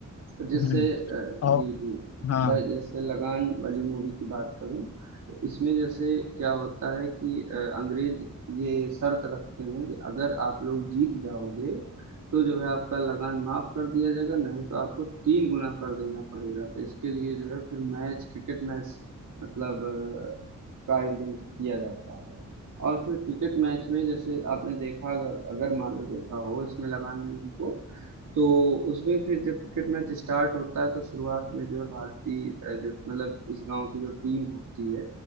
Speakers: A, on the right; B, on the left.
A: तो जैसे
B: हम्म,
A: अ,
B: और
A: जी, जी।
B: हाँ
A: मैं जैसे लगान वाली मूवी की बात करूँ, तो इसमें जैसे क्या होता है कि अ, अंग्रेज़ ये शर्त रखते हैं कि अगर आप लोग जीत जाओगे, तो जो है आपका लगान माफ़ कर दिया जाएगा, नहीं तो आपको 3 गुना कर देना पड़ेगा। तो इसके लिए जो है फिर मैच क्रिकेट मैच मतलब अ, का आयोजन किया जाता है। और फिर क्रिकेट मैच में जैसे आपने देखा अगर अगर मान लो देखा हो इसमें लगान मूवी को तो उसमें फिर जब क्रिकेट मैच स्टार्ट होता है तो शुरुआत में जो है भारतीय अ, जो मतलब इस गांव की जो टीम होती है